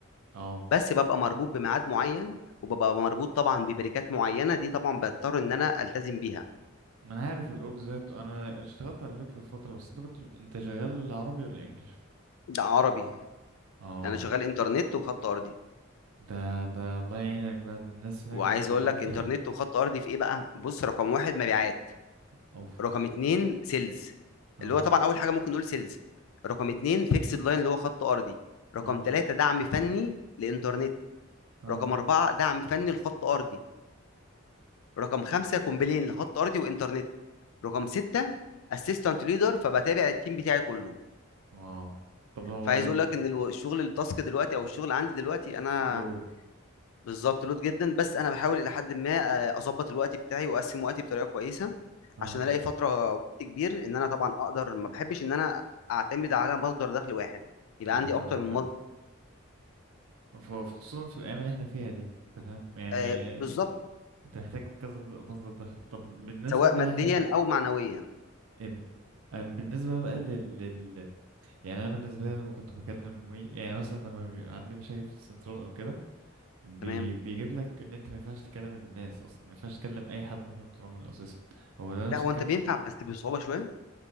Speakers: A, on the right; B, on the left.
A: اه
B: بس ببقى مربوط بميعاد معين وببقى مربوط طبعا ببريكات معينه دي طبعا بضطر ان انا التزم بيها
A: ما انا عارف الاوك ذات انا اشتغلت على فكرة في فترة بس انت كنت انت شغال عربي ولا انجليش
B: ده عربي
A: اه
B: انا شغال انترنت وخط ارضي
A: ده ده الله يعينك بقى ده الناس هناك
B: وعايز
A: آه،
B: اقول لك انترنت وخط ارضي في ايه بقى بص رقم واحد مبيعات
A: <laughs> اوف
B: رقم اتنين سيلز
A: اه
B: اللي هو طبعا اول حاجه ممكن نقول سيلز رقم اتنين فيكسد لاين اللي هو خط ارضي رقم
A: اه
B: ثلاثة دعم فني لإنترنت
A: اه
B: رقم أربعة دعم فني لخط أرضي رقم خمسة كومبلين لخط أرضي وإنترنت رقم ستة أسيستنت ليدر فبتابع التيم بتاعي كله
A: اه طب هو
B: فعايز
A: ال-
B: أقول لك إن الو- الشغل التاسك دلوقتي أو الشغل عندي دلوقتي أنا
A: لود
B: بالظبط لود جدا بس أنا بحاول إلى حد ما آه، أظبط الوقت بتاعي وأقسم وقتي بطريقة كويسة
A: اه
B: عشان ألاقي فترة وقت كبير إن أنا طبعا أقدر ما بحبش إن أنا أعتمد على مصدر دخل واحد يبقى
A: آه،
B: عندي أكتر
A: عندك
B: من
A: حق
B: مصدر
A: ف- خصوصا في الايام اللي احنا فيها دي انت فاهم يعني
B: آه،
A: آه،
B: بالظبط
A: انت محتاج كذا د- مصدر دخل طب بالنسبة
B: سواء
A: صحيح
B: ماديا
A: ال...
B: أو معنويا
A: ام- ام- بالنسبة بقى لل... لل... يعني انا بالنسبه لي لما كنت بكلم وي يعني مثلا لما بيبقى عندي مشاكل في السنترال او كده بي...
B: تمام
A: بيجيب لك ان انت ما ينفعش تكلم الناس اصلا ما ينفعش تكلم اي حد من خدمه العملاء اساسا هو ده نفس
B: لا هو
A: الكلام
B: أنت بينفع بس بصعوبة شوية